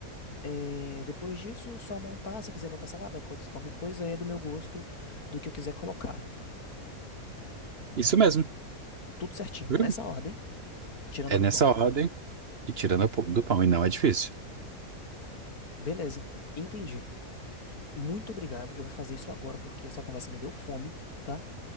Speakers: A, on the left; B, on the right.
A: É, depois disso, só montar. Se quiser botar salada, co- qualquer coisa, é do meu gosto, do que eu quiser colocar.
B: Isso mesmo.
A: Tudo certinho, é
B: Viu?
A: nessa ordem, tirando
B: É
A: a do
B: nessa
A: pão.
B: ordem. E tirando a pau- do pão, e não é difícil.
A: Beleza, entendi. Muito obrigado. Eu vou fazer isso agora, porque essa conversa me deu fome, tá?